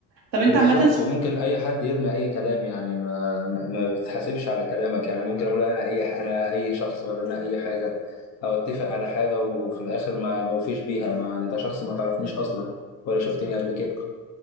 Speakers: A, on the right (about 80°); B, on the left (about 35°).
A: طب انت
B: بالظبط
A: عامة صح
B: وممكن اي حد يرمي اي كلام يعني ما ما ما بتحاسبش على كلامك يعني ممكن اقول انا اي انا اي شخص ولا انا اي حاجه او اتفق على حاجه وفي الاخر ما موفيش بيها ما انت شخص ما تعرفنيش اصلا ولا شفتني قبل كده